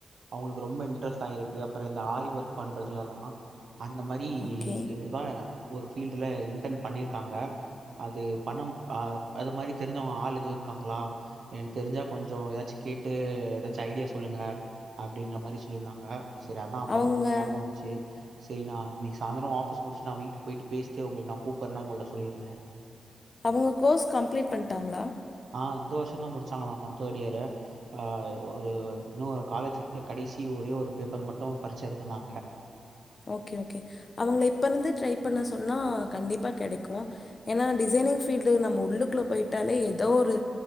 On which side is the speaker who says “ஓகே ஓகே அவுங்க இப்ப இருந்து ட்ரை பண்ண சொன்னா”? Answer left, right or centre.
Left